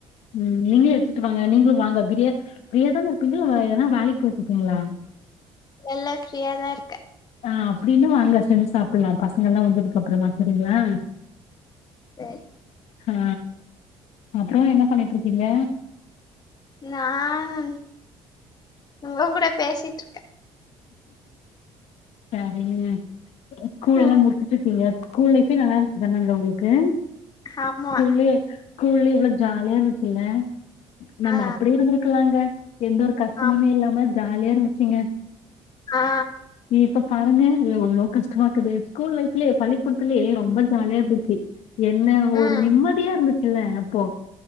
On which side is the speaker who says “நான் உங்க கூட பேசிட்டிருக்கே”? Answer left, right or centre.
Left